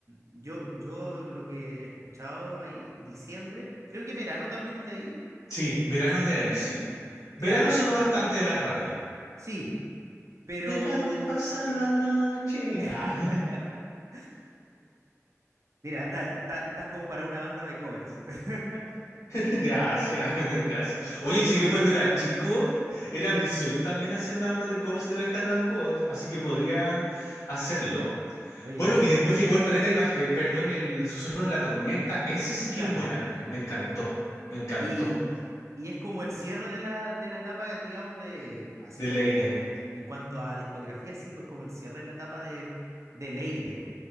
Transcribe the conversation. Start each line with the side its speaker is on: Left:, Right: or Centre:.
Right: yo, yo lo que he escuchado ahí, diciembre, creo que verano también es de ahí.
Left: Sí, verano
Right: Ese,
Left: es de ahí,
Right: ya.
Left: sí. Verano
Right: Claro,
Left: sonó bastante en la radio.
Right: sí, pero...
Left: Déjame pasar la noche.
Right: <laughs>
Left: Ah. <laughs>
Right: Mira, está- está- estás como para una banda de covers. <laughs>
Left: Gracias, <laughs> gracias. Oye, si
Right: Oye,
Left: yo cuando
Right: Pach,
Left: era chico,
Right: ah,
Left: era mi sueño también hacer una banda de covers de la oreja de Van Gogh, así que podría hacerlo.
Right: oye,
Left: Bueno,
Right: ¿eh?
Left: y después llegó
Right: bien,
Left: el Planeta, Imag- eh, perdón, el Susurro en la Tormenta. Ese sí que
Right: claro.
Left: es un buen álbum, me encantó, me encantó.
Right: Y, y es como el cierre de la, de la etapa, digamos, de, así
Left: De Leire.
Right: como en, en cuanto a discografía, sí, pues como el cierre de la etapa de, de Leire.